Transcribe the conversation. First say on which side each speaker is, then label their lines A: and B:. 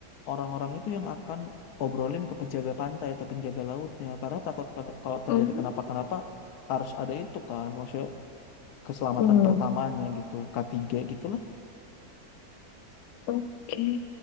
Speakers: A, on the left; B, on the left.
A: orang-orang itu yang akan obrolin ke penjaga pantai atau penjaga lautnya karena takut kalau kalau terjadi
B: hmm.
A: kenapa-kenapa harus ada itu kan maksudnya keselamatan
B: Oh.
A: pertamanya gitu K3 gitu lah.
B: Oke.